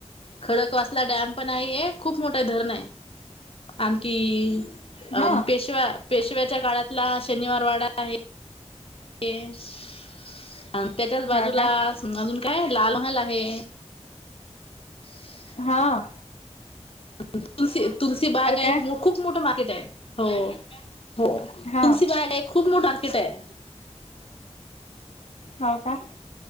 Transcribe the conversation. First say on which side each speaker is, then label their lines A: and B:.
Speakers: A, on the left; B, on the left.
A: खडकवासला डॅम पण आहे हे एक, खूप मोठ धरण आहे. आणखी अ-
B: हा.
A: पेशव्या पेशव्याच्या काळातला शनिवार वाडा आहे. तेच त्याच्याच बाजूला
B: हा का
A: अजून काय लाल महाल आहे <inaudible>
B: हां.
A: तुलस तुलसी बागा
B: आहे
A: एक मो खूप मोठं मार्केट आहे, हो हो
B: हा
A: तुलसीबाग खूप मोठं मार्केट आहे.
B: हौ कां.